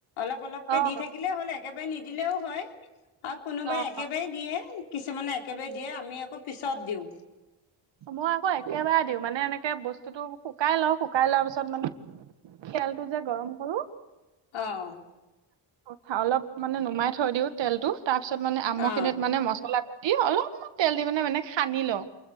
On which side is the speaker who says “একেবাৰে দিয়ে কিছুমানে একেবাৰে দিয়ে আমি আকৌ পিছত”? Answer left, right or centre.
Left